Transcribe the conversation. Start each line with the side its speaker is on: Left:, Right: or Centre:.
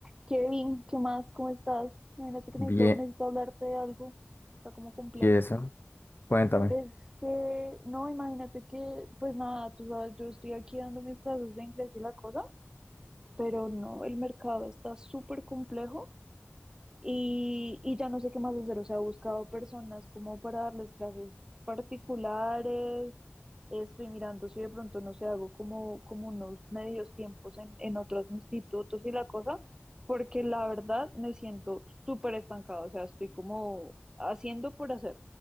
Right: Kevin, ¿qué más? ¿Cómo estás? Imagínate que
Left: Bien,
Right: necesito, necesito hablarte de algo. Está como complejo.
Left: ¿y eso? Cuéntame.
Right: Es que, no, imagínate que, pues nada, tú sabes, yo estoy aquí dando mis clases de inglés y la cosa, pero no, el mercado está súper complejo y, y ya no sé qué más hacer, o sea, he buscado personas como para darles clases particulares, estoy mirando si de pronto no sé, hago como, como unos medios tiempos en, en otros institutos y la cosa, porque la verdad me siento súper estancada, o sea, estoy como haciendo por hacer,